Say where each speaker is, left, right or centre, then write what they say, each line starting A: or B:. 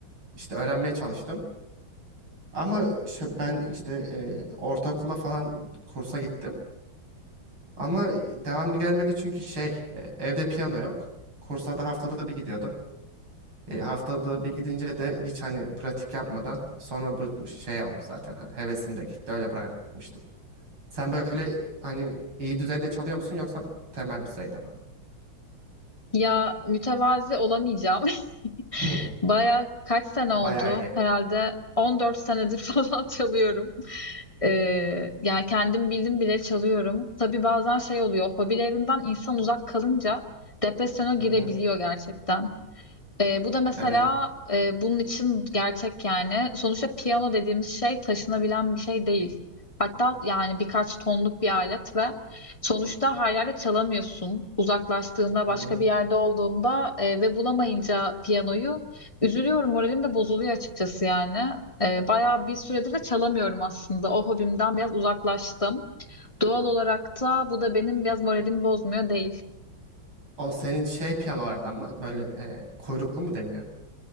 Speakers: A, on the right; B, on the left.
A: işte öğrenmeye çalıştım. Ama şu- ben işte e, ortaokula falan kursa gittim. Ama devamı gelmedi çünkü şey e, evde piyano yok. Kursa da haftada bir gidiyordum. E, haftada bir gidince de hiç hani pratik yapmadan sonra bıkmış şey oldu zaten. Ha, Hevesim de gitti öyle bırakmıştım. Sen böyle hani iyi düzeyde çalıyor musun yoksa temel düzeyde mi?
B: Ya mütevazi olamayacağım.
A: <laughs>
B: <laughs> Baya kaç sene oldu?
A: Bayağı iyi.
B: Herhalde 14 senedir <laughs> falan çalıyorum. Ee, yani kendim bildim bile çalıyorum. Tabii bazen şey oluyor, hobilerinden insan uzak kalınca depresyona girebiliyor
A: Hı hı.
B: gerçekten. E, bu da mesela
A: Evet.
B: e, bunun için gerçek yani. Sonuçta piyano dediğimiz şey taşınabilen bir şey değil. Hatta yani birkaç tonluk bir alet ve sonuçta her yerde çalamıyorsun. Uzaklaştığında başka
A: Hı hı.
B: bir yerde olduğunda e, ve bulamayınca piyanoyu üzülüyorum. Moralim de bozuluyor açıkçası yani. E, bayağı bir süredir de çalamıyorum aslında. O hobimden biraz uzaklaştım. Doğal olarak da bu da benim biraz moralimi bozmuyor değil.
A: O senin şey piyanolardan mı böyle e, kuyruklu mu deniyor?